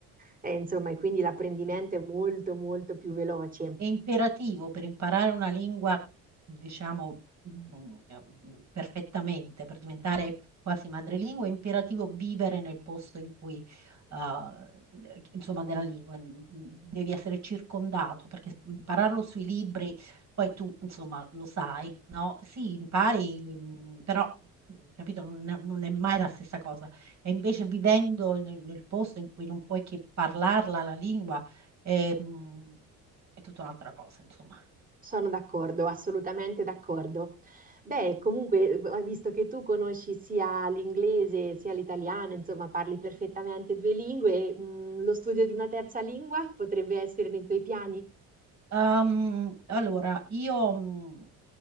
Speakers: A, on the right; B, on the right.
A: eh, insomma, e quindi l'apprendimento
B: sì.
A: è molto, molto più veloce.
B: è imperativo per imparare una lingua, diciamo, mm, perfettamente, per diventare quasi madrelingua, è imperativo vivere nel posto in cui, eh, insomma, della lingua. Mm, Devi essere circondato, perché impararlo sui libri, poi tu, insomma, lo sai, no? Sì, impari, mm, però... Capito? Non è, non è mai la stessa cosa. E invece vivendo nel, nel posto in cui non puoi che parlarla la lingua, eh, mh, è tutta un'altra cosa, insomma.
A: Sono d'accordo, assolutamente d'accordo. Beh, comunque, eh, visto che tu conosci sia l'inglese sia l'italiano, insomma, parli perfettamente due lingue, mh, lo studio di una terza lingua potrebbe essere nei tuoi piani?
B: Ehm, allora, io mh,